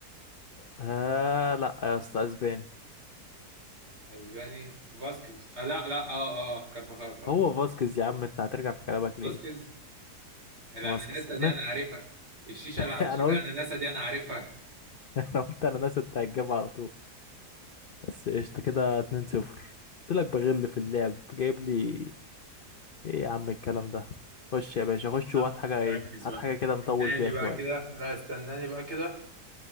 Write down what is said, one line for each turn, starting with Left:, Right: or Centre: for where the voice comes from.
Left: آه لا يا اسطى اسباني
Right: اسباني فاسكيز آه لا لا اه اه آه، كارفاخال خلاص
Left: هو فاسكيز يا عم انت هترجع في كلامك ليه
Right: فاسكيز الاناناسا
Left: فاسكيز
Right: دي
Left: انا
Right: انا عارفها الشيشه
Left: <laughs>
Right: اللي على شكل
Left: انا قلت
Right: الاناناسا دي انا عارفها
Left: <laughs> انا قلت انا ناس انت هتجيبها على طول بس قشطه كده 2-0 قلت لك بغل في اللعب جايب لي ايه يا عم الكلام ده خش يا باشا خش
Right: لا
Left: وهات حاجه
Right: مركز
Left: ايه هات
Right: بقى
Left: حاجه كده نطول
Right: استناني
Left: فيها
Right: بقى
Left: شويه
Right: كده لا استناني بقى كده